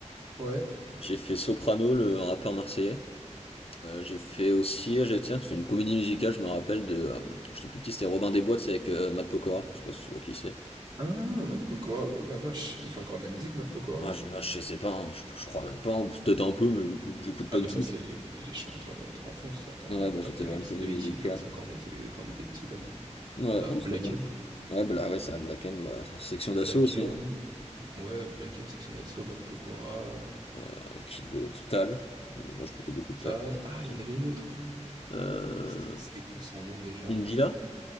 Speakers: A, on the right (about 35°); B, on the left (about 50°).
A: Ouais.
B: J'ai fait Soprano, le rappeur marseillais. Euh, j'ai fait aussi, euh, j'ai- tiens, c'était une comédie musicale, je me rappelle de. euh, J'étais plus petit, c'était Robin des Bois, c'est avec euh, Matt Pokora, je sais pas si tu vois qui c'est.
A: Ah, Matt Pokora. bah, Oh la vache, il fait encore de la musique, Matt Pokora,
B: Ah,
A: là?
B: je, ah, je sais pas, hein, je, je crois même pas, ou peut-être un peu, mais je- j'écoute pas
A: Ah, mais
B: du tout.
A: ça, c'est les, les chanteurs de notre enfance. Attends,
B: Ouais,
A: Matt
B: bah
A: Pa-
B: j'étais
A: Il y
B: voir
A: avait
B: une
A: qui,
B: comédie
A: il y avait
B: musicale.
A: qui comme ça quand on était, quand on était petit comme...
B: Ouais,
A: Ah bah,
B: non,
A: Black
B: c'était pas.
A: M.
B: mal. Ouais, bah là, ouais, ça, Black M, bah, section
A: Black
B: d'assaut aussi,
A: M.
B: hein.
A: Ouais, Black M, Section d'Assaut, Matt Pokora,
B: Euh, Qui d'autre? Tal. Moi, j'écoutais beaucoup de
A: Tal.
B: Tal quand j'étais
A: Ah,
B: petit.
A: il y en avait une autre.
B: Euh,
A: C'était c'était quoi son nom déjà?
B: Indila,